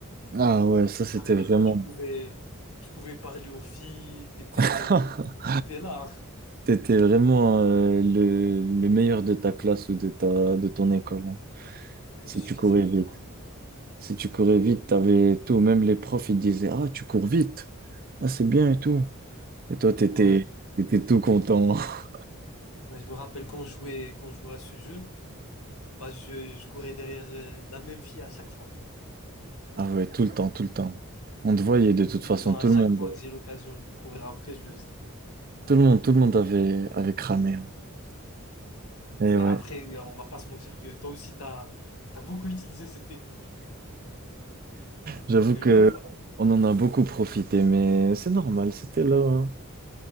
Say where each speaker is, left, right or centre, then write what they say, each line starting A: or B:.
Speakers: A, on the right; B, on the left.
A: Ah ouais, ça c'était
B: Avec
A: vraiment...
B: ça, tu pouvais, tu pouvais parler aux filles, t'étais,
A: <laughs>
B: t'étais là.
A: T'étais vraiment euh, le, le meilleur de ta classe ou de ta, de ton école, hein,
B: Ouais,
A: si
B: il suffisait
A: tu courais
B: juste
A: vite.
B: de courir vite.
A: Si tu courais vite, t'avais tout. Même les profs, ils disaient, Ah, tu cours vite. Ah, c'est bien et tout. Et toi, t'étais,
B: Ouais.
A: t'étais tout content. <laughs>
B: Ouais, je me rappelle quand je jouais, quand je jouais à ce jeu, bah je, je courais derrière euh, la même fille à chaque fois.
A: Ah ouais, tout le temps, tout le temps. On te voyait de toute
B: Tout
A: façon,
B: le temps,
A: tout
B: à chaque
A: le monde,
B: fois que j'ai l'occasion de lui courir après, je le faisais.
A: tout le monde, tout le monde avait, avait cramé. hein. Et
B: Et
A: ouais,
B: après, euh, on va pas se mentir que toi aussi, t'as, t'as beaucoup utilisé cette technique.
A: j'avoue
B: C'est
A: que
B: vrai ou pas?
A: on en a beaucoup profité, mais c'est normal, c'était la,